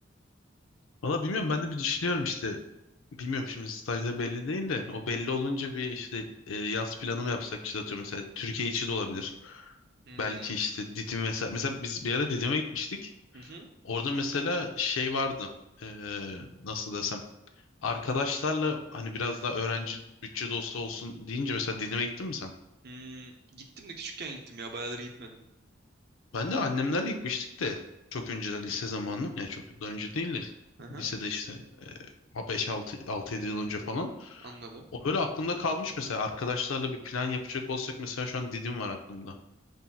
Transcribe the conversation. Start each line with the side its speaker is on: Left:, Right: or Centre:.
Left: Valla bilmiyorum ben de bir düşünüyorum işte. Bilmiyorum şimdi stajda belli değil de o belli olunca bir işte e, yaz planı mı yapsak işte atıyorum mesela Türkiye içi de olabilir.
Right: Hmm.
Left: Belki işte Didim mesela. Mesela biz bir ara Didim'e gitmiştik.
Right: Hı hı.
Left: Orada mesela şey vardı. Ee, nasıl desem. Arkadaşlarla hani biraz daha öğrenci bütçe dostu olsun deyince mesela Didim'e gittin mi sen?
Right: Hmm. Gittim de küçükken gittim ya bayağıdır gitmedim.
Left: Ben de annemlerle gitmiştik de. Çok önce lise zamanı. Yani çok daha önce değil de.
Right: Hı hı.
Left: Lisede işte 5-6 6-7 yıl önce falan.
Right: Anladım.
Left: O böyle aklımda kalmış mesela. Arkadaşlarla bir plan yapacak olsak mesela şu an Didim var aklımda.